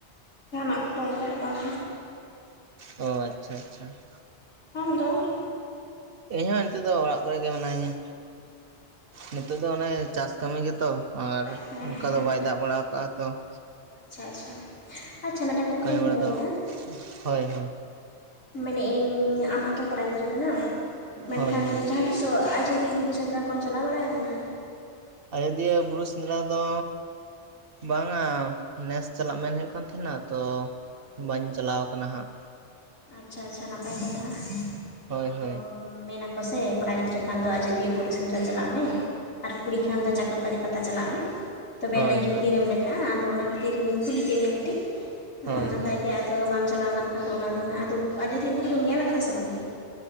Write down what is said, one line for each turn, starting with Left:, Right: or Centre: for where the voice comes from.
Left: ᱡᱟᱦᱟᱸ ᱱᱟᱜ ᱠᱚ ᱫᱚ ᱚᱝᱠᱟ ᱫᱚ ᱵᱟᱝ,
Right: ᱚ ᱟᱪᱪᱷᱟ ᱟᱪᱪᱷᱟ ᱾
Left: ᱟᱢ ᱫᱚ ᱾
Right: ᱤᱧ ᱦᱚᱸ ᱱᱤᱛᱚᱜ ᱫᱚ ᱚᱲᱟᱜ ᱠᱚᱨᱮ ᱜᱮ ᱢᱤᱱᱟᱹᱧᱟ ᱱᱤᱛᱳᱜ ᱫᱚ ᱚᱱᱮ ᱪᱟᱥ ᱠᱟᱹᱢᱤ ᱜᱮᱛᱚ ᱟᱨ
Left: ᱦᱮᱸ
Right: ᱚᱝᱠᱟ
Left: ᱦᱮᱸ
Right: ᱫᱚ ᱵᱟᱭ ᱫᱟᱜ ᱵᱟᱲᱟᱣ ᱠᱟᱜ-ᱟ ᱛᱚ ᱾
Left: ᱟᱪᱪᱷᱟ ᱟᱪᱪᱷᱟ ᱟᱪᱪᱷᱟ ᱢᱮᱫᱴᱟᱝ ᱠᱩᱠᱞᱤᱧ
Right: ᱠᱟᱹᱢᱤ ᱵᱟᱲᱟ
Left: ᱫᱚᱦᱚᱭᱮᱜ-ᱟ
Right: ᱫᱚ ᱦᱳᱭ ᱦᱳᱭ
Left: ᱢᱮᱱᱮᱜ ᱤᱧ ᱟᱢ ᱢᱟᱛᱚ ᱠᱚᱲᱟ ᱜᱤᱫᱽᱨᱟᱹ ᱠᱟᱱᱟᱢ ᱢᱮᱱᱠᱷᱟᱱ
Right: ᱦᱳᱭ ᱦᱳᱭ
Left: ᱡᱟᱦᱟᱸ ᱛᱤᱥᱳ ᱟᱡᱚᱫᱤᱭᱟᱹ ᱵᱩᱨᱩ ᱥᱮᱸᱫᱽᱨᱟ ᱠᱚᱢ ᱪᱟᱞᱟᱣ ᱵᱟᱲᱟ ᱟᱠᱟᱱᱟ?
Right: ᱟᱡᱚᱫᱤᱭᱟᱹ ᱵᱩᱨᱩ ᱥᱮᱸᱫᱽᱨᱟ ᱫᱚ ᱵᱟᱝᱟ ᱱᱮᱥ ᱪᱟᱞᱟᱜ ᱢᱮᱱ ᱦᱳᱭᱳᱜ ᱠᱟᱱ ᱛᱮᱦᱮᱱᱟ-ᱟ ᱛᱚ ᱵᱟᱹᱧ ᱪᱟᱞᱟᱣ ᱟᱠᱟᱱᱟ ᱦᱟᱸᱜ᱾
Left: ᱟᱪᱪᱷᱟ ᱟᱪᱪᱷᱟ ᱱᱟᱯᱟᱭ ᱠᱟᱛᱷᱟ
Right: ᱦᱳᱭ
Left: ᱟᱫᱚ
Right: ᱦᱳᱭ
Left: ᱢᱮᱱᱟ ᱠᱚ ᱥᱮ ᱠᱚᱲᱟ ᱜᱤᱫᱽᱨᱟᱹ ᱠᱷᱟᱱ ᱫᱚ ᱟᱡᱚᱫᱤᱭᱟᱹ ᱵᱩᱨᱩ ᱥᱮᱸᱫᱽᱨᱟ ᱪᱟᱞᱟᱜ ᱢᱮ ᱟᱨ ᱠᱩᱲᱤ ᱠᱷᱟᱱ ᱫᱚ ᱪᱟᱠᱚᱞᱛᱟᱲᱤ ᱯᱟᱛᱟ ᱪᱟᱞᱟᱜ ᱢᱮ ᱛᱚᱵᱮ
Right: ᱦᱳᱭ
Left: ᱭᱟᱱᱮᱡ ᱜᱮ
Right: ᱦᱳᱭ
Left: ᱠᱩᱲᱤ ᱨᱮᱢ ᱞᱮᱠᱷᱟᱜ-ᱟ ᱟᱫᱚ ᱚᱱᱟ ᱠᱷᱟᱹᱛᱤᱨ ᱜᱤᱧ ᱠᱩᱞᱤ ᱠᱮᱫ ᱢᱮᱭᱟ ᱠᱟᱹᱴᱤᱜ᱾ ᱦᱮᱸ
Right: ᱦᱳᱭ
Left: ᱱᱟᱯᱟᱭ
Right: ᱦᱳᱭ
Left: ᱜᱮ
Right: ᱦᱳᱭ
Left: ᱟᱫᱚ ᱵᱟᱢ ᱪᱟᱞᱟᱣ ᱠᱟᱱ ᱠᱷᱟᱱ ᱫᱚ ᱚᱱᱟ ᱫᱚ ᱦᱟᱸᱜ ᱟᱫᱚ ᱟᱡᱚᱫᱤᱭᱟᱹ ᱵᱩᱨᱩ ᱫᱚᱢ ᱧᱮᱞ ᱠᱟᱫᱟ ᱥᱮ ᱵᱟᱝ ᱜᱮ?